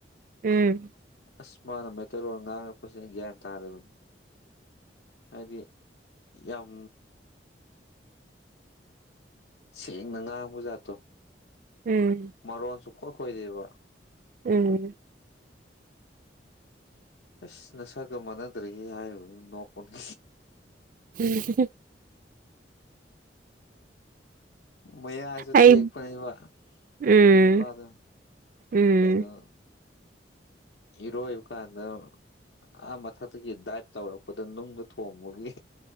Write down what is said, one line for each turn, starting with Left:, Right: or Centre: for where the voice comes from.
Right: ꯎꯨꯝ
Left: ꯑꯁ ꯃꯥꯅ ꯃꯩꯇꯩꯂꯣꯟ ꯉꯥꯡꯉꯛꯄꯁꯤꯅ ꯒ꯭ꯌꯥꯟ ꯇꯥꯔꯦꯕꯅꯤ ꯍꯥꯏꯗꯤ ꯌꯥꯝ ꯁꯦꯡꯅ ꯉꯥꯡꯕꯖꯥꯠꯇꯣ
Right: ꯎꯝ
Left: ꯃꯔꯣꯟ ꯁꯨꯈꯣꯏ ꯈꯣꯏꯗꯦꯕ
Right: ꯎꯨꯝ
Left: ꯑꯁ ꯅꯁꯥꯒ ꯃꯥꯟꯅꯗ꯭ꯔꯦꯍꯦ ꯍꯥꯏꯕ ꯅꯣꯛꯄꯗ
Right: ꯎ ꯍ ꯍ
Left: ꯃꯌꯥꯁꯨ
Right: ꯑꯩ
Left: ꯇꯦꯛꯄꯅꯦꯕ
Right: ꯎꯝ
Left: ꯑꯗꯨ ꯅꯨꯄꯥꯗꯨ
Right: ꯎꯝ
Left: ꯀꯩꯅꯩꯅꯣ ꯏꯔꯣꯏꯕ ꯀꯥꯟꯗ ꯑꯥ ꯃꯊꯛꯇꯒꯤ ꯗꯥꯏꯞ ꯇꯧꯔꯛꯄꯗ ꯅꯨꯡꯗ ꯊꯣꯡꯕꯒꯤ